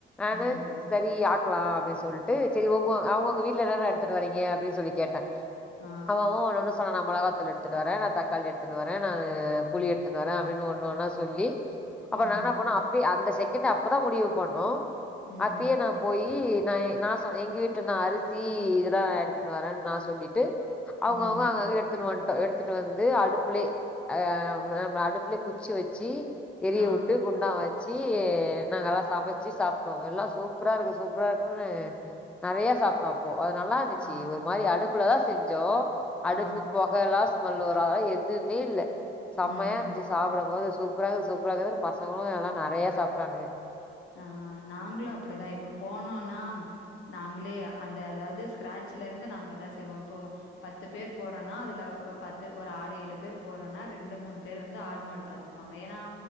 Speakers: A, in the centre; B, on the left (about 80°).
A: ஆன
B: ம்.
A: சே ரி ஆக்லா அப்டின் சொல்ட்டு செரி ஒங்கோ அவ்ங்கவ்ங்கோ வீட்ல என்னன்ன எட்த்துட்டு வரீங்க அப்டின் சொல்லி கேட்ட
B: ஆ.
A: அவ அவ ஒன்னு சொன்ன நா மொளகத்தூள் எடுத் துட்டு வர நா தக்காளி எடுத்துனு வர நா புளி எடுத்துனு வர அப்டின் ஒன்னு ஒன்னா சொல்லி அப்பற
B: ம்.
A: நாங் என்னா பண்ணோ அப்பி அந்த செக்கேண் அப்பதா முடிவு பண்ணோ
B: ம்.
A: அப்பியே நா போயி நாயி நா சொன் எங்க வீட்ல நா அரிசி இதுல்லா எடுத்துட் வரன் நா சொல்லிட்டு
B: ம்.
A: அவுங்க அவுங்க எடுத் துன்வன்டோ எடுத்துட்டு வந்து அடுப்புலே அ நம்ம அடுப்புலே குச்சி வச்சி எரிய
B: ஆ.
A: உட்டு குண்டா வச்சு நாங்கல்லா சமச்சி சாப் டோ எல்லா சூப்ரா இருக்கு சூப்ரா இருக்குன்னு நறையா சாப்ட்டோ அப்போ அது நல்லா துச்சி
B: ஆம்.
A: ஒரு மாரி அடுப்புலதா செஞ்சோ அடுப்பு
B: ஆ.
A: பொகல்லா ஸ்மல்லு வரு அதல்லா எதுமே இல்ல சமையா
B: ம்.
A: இருந்துச்சு
B: ம்.
A: சாப்படமோது சுப் சூப்பராகுது சூப்பராகுதுன் பசங்ளு எல்லா நறையா சாப்ட்டானுங்க
B: ஆ நாங்ளு அப்புடிதா இப்போ போனோனா நாங்ளே அந்த அதாவ்து ஸ்க்ராட்சில இருந்து நாங்கதா செய்வோ இப்போ பத்து பேர் போறோனா அதுல பத்து ஒரு ஆறு ஏழு பேர் போறோன்னா ரெண்டு மூணு பேர் வந்து ஆடு மாடு பாத்துப்பாங்க ஏனா